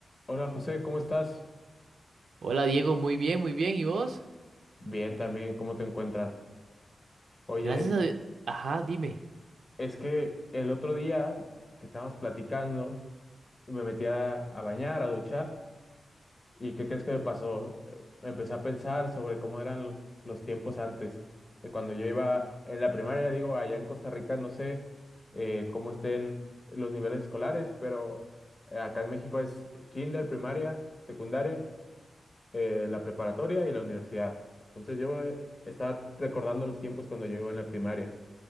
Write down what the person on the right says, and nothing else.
Hola Diego, muy bien, muy bien. ¿Y vos?
Gracias a... Sí. Ajá, dime.